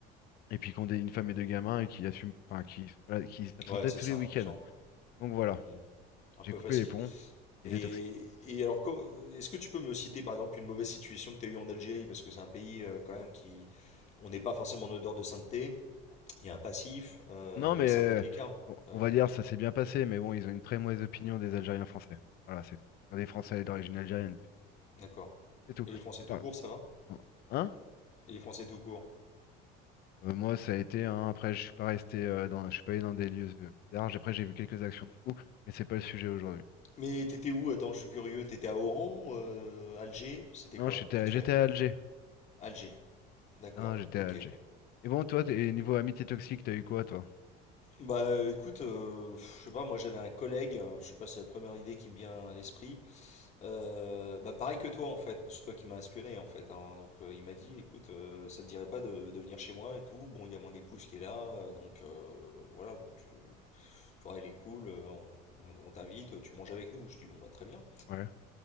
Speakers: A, on the left; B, on the left.
A: et puis qui ont des- une femme et deux gamins, et qui assument, enfin, qui sont pas là- qui s'absentaient
B: Ouais, c'est
A: tous
B: ça,
A: les week-ends.
B: qui sont...
A: Donc voilà,
B: mm. Un
A: j'ai
B: peu
A: coupé
B: facile.
A: les ponts, il
B: Et,
A: était toxique.
B: et alors, co- est-ce que tu peux me citer par exemple une mauvaise situation que tu as eue en Algérie? Parce que c'est un pays euh, quand même qui. On n'est pas forcément en odeur de sainteté, il y a un passif, euh,
A: Non, mais
B: c'est
A: euh,
B: un peu délicat.
A: on
B: Euh,
A: on va dire ça s'est bien passé, mais bon, ils ont une très mauvaise opinion des Algériens français. Voilà, c'est tout. Enfin, Des Français d'origine algérienne, plutôt.
B: d'accord.
A: c'est tout.
B: Et les Français tout
A: Enfin,
B: court, ça va?
A: hein?
B: Et les Français tout court.
A: Euh, moi, ça a été. hein, après, je suis pas resté euh, dans, je suis pas allé dans des lieux euh, bizarres. J'ai- Après, j'ai vu quelques actions de fous, mais c'est pas le sujet aujourd'hui.
B: Mais t'étais où? Attends, je suis curieux. T'étais à Oran, euh, Alger? C'était
A: Non,
B: quoi?
A: j'étais,
B: Vite
A: à- j'étais
B: fait.
A: à Alger.
B: Alger. D'accord.
A: Non, j'étais
B: Ok.
A: à Alger. Et bon, toi, t'es- niveau amitié toxique, t'as eu quoi, toi?
B: Bah euh, écoute, euh, pff, je sais pas, moi j'avais un collègue, euh, je sais pas, c'est la première idée qui me vient à l'esprit, Euh, bah pareil que toi en fait, parce que c'est toi qui m'as inspiré en fait. hein. Donc euh, il m'a dit, écoute, euh, ça te dirait pas de, de venir chez moi et tout. Bon, il y a mon épouse qui est là, euh, donc euh, voilà, bon, tu, tu vois, elle est cool, euh, on, on- on t'invite, tu manges avec nous. Je dis bon bah très bien.
A: Ouais.